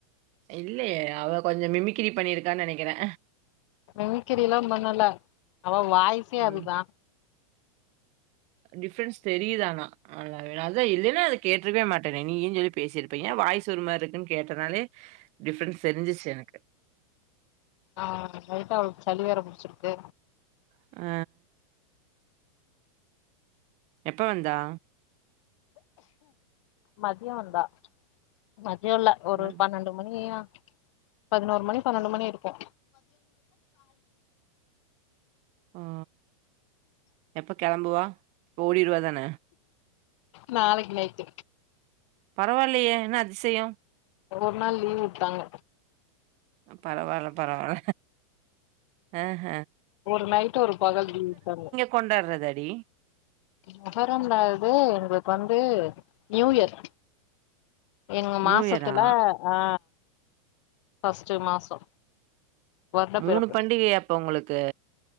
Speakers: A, on the right; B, on the left.
A: இல்லயே அவ கொஞ்சோ மிமிக்ரி பண்ணிருக்கா நெனக்கிறே
B: மிமிக்ரிலா பண்ணல அவ வாய்சே
A: ம்.
B: அதுதா
A: டிஃப்ரன்ஸ் தெரிய்து ஆனா <unintelligible> அதா இல்லன்னா <unintelligible> அதா இல்லைனா அத கேட்ருவே மாட்டேனே நீயின் சொல்லி பேசிருப்பே ஏ வாய்ஸ் ஒருமார்ருக்குன் கேட்டனாலே டிஃப்ரண்ஸ் தெரிஞ்சிச்சு எனக்கு
B: ஆ லைட்டா அவ்ளுக் சளி வேற புடுச்சுருக்கு
A: ஆ எப்ப வந்தா
B: மதிய வந்தா மத்யோல்ல ஒரு
A: மன்
B: பன்னெண்டு மணியியா பதினோரு மணி பன்னெண்டு மணி இருக்கு
A: உ எப்போ கெளம்புவா ஓடிர்வா தான
B: நாளைக் நைட்டு
A: பரவால்லயே என்ன அதிசயோ
B: ஒவ்வொர் நாள் லீவ் வுட்டாங்க
A: பரவால்ல பரவால அஹ
B: ஒரு நைட்டு ஒரு பகல் வீட் தங்க
A: கொண்டார்றதாடி
B: மொஹரம் லது எங்ளுக் வந்து ந்யூயர் எங்க
A: நியூ
B: மாசத்துல
A: இயரா?
B: ஆ பஸ்ட்டு மாசோ வருட
A: மூணு
B: பிறப்பு
A: பண்டிகையா அப்ப உங்ளுக்கு